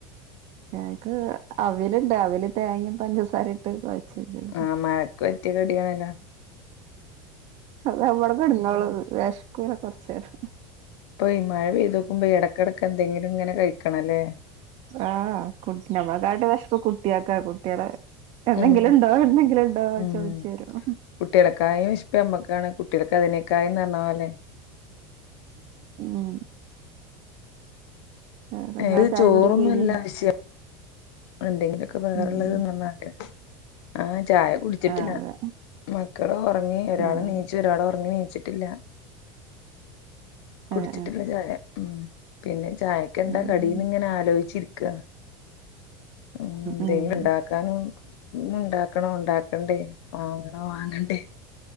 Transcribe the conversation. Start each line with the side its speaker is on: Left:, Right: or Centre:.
Right: എക്ക് അവൽലുണ്ട് അവൽ തേങ്ങെം പഞ്ചസാര ഇട്ട് വെച്ച്ണ്.
Left: ആ മാക്ക് പറ്റിയ കടിയണല്ലോ
Right: അതെ അവിടെ <unintelligible> വിഷക്കെല്ലാ കൊറച്ചേരം
Left: ഇപ്പൊ ഈ മഴ പെയ്തോക്കുമ്പോ ഇടക്കിടക്ക് എന്തെങ്കിലും ഇങ്ങനെ കഴിക്കണ ല്ലേ
Right: ആഹ് കുട്ടി നമ്മക്കാട്ടി വിശപ്പ് കുട്ടിയക്കാ കുട്ടിളേ എന്തെങ്കിലുണ്ടോ
Left: ഉം
Right: എന്തെങ്കിലുണ്ടോ
Left: ഉം
Right: ചോയിച്ചു വരും
Left: കുട്ടികൾക്കായും വിശപ്പ് നമ്മക്കാണ് കുട്ടികൾക്ക് അതിനെകായും പറഞ്ഞ പോലെ
Right: ഉം വേറെ നിങ്ങളെ
Left: ത്
Right: ചായ
Left: ചോറൊന്നുല്ല
Right: കുടിയൊക്കെ കഴിഞ്ഞോ
Left: ആശ്യം എന്തെങ്കിലുക്കെ വേറളേ
Right: ഉം
Left: നിന്നാണ്ടേ ആഹ് ചായ കുടിച്ചിട്ടില്ലാ
Right: അതെ
Left: മക്കള് ഉറങ്ങി ഒരാള്
Right: ആഹ്
Left: നീച്ചു ഒരാള് ഉറങ്ങി നീ ചിട്ടില്ല കുടിച്ചിട്ടില്ല
Right: ആഹ്
Left: ചായ ഉമ് പിന്നെ ചായക്കെന്താ
Right: ആഹ്
Left: കടീന്ന്ങ്ങനെ ആലോയ്ച്ചിര്ക്കാ ഉം എന്തേലുണ്ടാക്കാനും
Right: ഉം
Left: ഉം ഇണ്ടാക്കണോ ഇണ്ടാക്കണ്ടേ വാങ്ങണോ വാങ്ങണ്ടേ